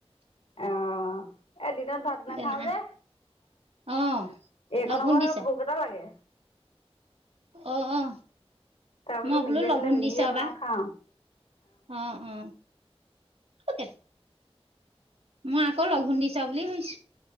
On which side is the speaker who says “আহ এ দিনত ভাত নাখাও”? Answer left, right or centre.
Left